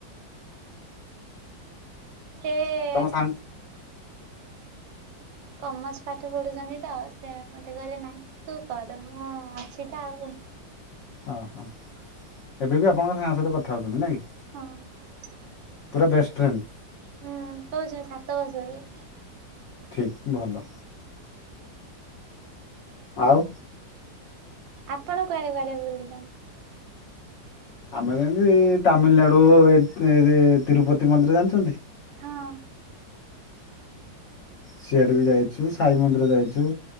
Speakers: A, on the right; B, on the left.
A: ସେ
B: ତମ ସା
A: କମର୍ସ ପାଠ ପଢୁଛନ୍ତି ତ, ସେ ମୋତେ କହିଲେ ନାଇଁ ତୁ କର ମୁଁ ଅଛି ତ ଆଉ।
B: ହଁ- ହଁ ଏବେ ବି ଆପଣଙ୍କ ସାଙ୍ଗ ସହିତ କଥା ହଉଛନ୍ତି ନାଇଁ କି?
A: ହଁ।
B: ପୁରା ବେଷ୍ଟ ଫ୍ରେଣ୍ଡ।
A: ହୁଁ ହଉଚି ସାତ ବର୍ଷରୁ।
B: ଠିକ୍ ଭଲ। ଆଉ
A: ଆପଣ କୁଆଡେ କୁଆଡେ ବୁଲିଛନ୍ତି?
B: ଆମେ ଯେମିତି ତାମିଲନାଡୁ, ଏ ଏ ତିରୁପତି ମନ୍ଦିର ଜାଣିଚନ୍ତି?
A: ହଁ।
B: ସିଆଡେ ବି ଯାଇଚୁ, ସାଇ ମନ୍ଦିର ଯାଇଚୁ।